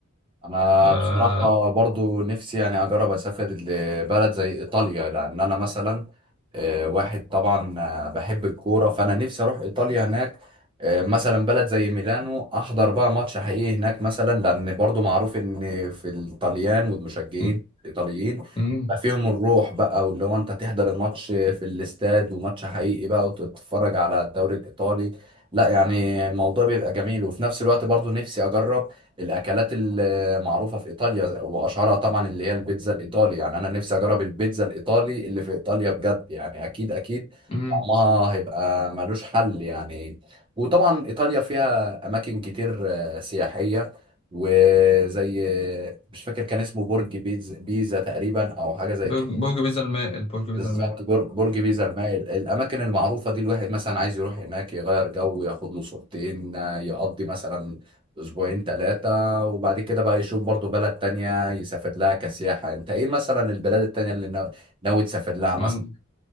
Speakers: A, on the right (about 25°); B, on the left (about 25°).
A: انا
B: آه،
A: بصراحه برضو نفسي يعني اجرب اسافر لبلد زي ايطاليا لان انا مثلا آه، واحد طبعا آه، بحب الكوره فانا نفسي اروح ايطاليا هناك آه، مثلا بلد زي ميلانو احضر بقى ماتش حقيقي هناك مثلا لان برضو معروف ان في الطليان والمشجعين
B: م-
A: الايطاليين
B: م-
A: بقى فيهم الروح بقى واللي هو انت تحضر الماتش في الاستاد وماتش حقيقي بقى وتتفرج على الدوري الايطالي لا يعني الموضوع بيبقى جميل وفي نفس الوقت برضو نفسي اجرب الاكلات آه، معروفة في إيطاليا وأشهرها طبعا اللي هي البيتزا الإيطالي يعني أنا نفسي أجرب البيتزا الإيطالي اللي في إيطاليا بجد يعني أكيد أكيد
B: م-
A: طعمها هيبقى ملوش حل يعني وطبعا إيطاليا فيها أماكن كتير آه، سياحية وزي آه، مش فاكر كان اسمه برج بيتزا بيزا تقريبا أو حاجة زي
B: برج
A: كده
B: برج بيزا الماء البرج بيزا
A: بالظبط
B: الماء
A: برج برج بيزا المائل الاماكن المعروفه دي الواحد مثلا عايز يروح هناك يغير جو ياخد له صورتين آه، يقضي مثلا اسبوعين ثلاثه وبعد كده بقى يشوف برضو بلد تانية يسافر لها كسياحه انت ايه مثلا البلاد التانية اللي نا- ناوي تسافر لها مثلا
B: مهم.